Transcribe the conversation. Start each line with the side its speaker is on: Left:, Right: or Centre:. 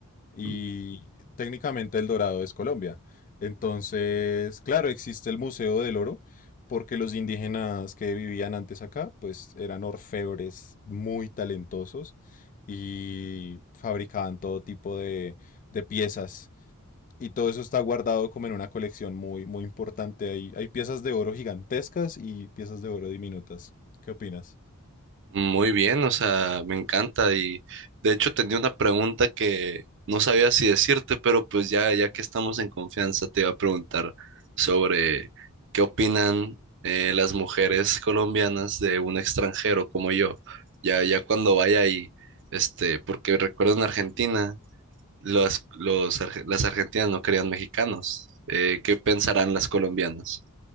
Left: y
Right: Mm.
Left: técnicamente El Dorado es Colombia. Entonces, claro, existe el Museo del Oro porque los indígenas que vivían antes acá, pues eran orfebres muy talentosos y fabricaban todo tipo de, de piezas. Y todo eso está guardado como en una colección muy, muy importante. Hay, hay piezas de oro gigantescas y piezas de oro diminutas. ¿Qué opinas?
Right: Muy bien, o sea, me encanta y de hecho tenía una pregunta que no sabía si decirte, pero pues ya, ya que estamos en confianza, te iba a preguntar sobre qué opinan eh, las mujeres colombianas de un extranjero como yo, ya, ya cuando vaya ahí, este, porque recuerdo en Argentina, los, los, arge- las argentinas no querían mexicanos, eh, ¿qué pensarán las colombianas?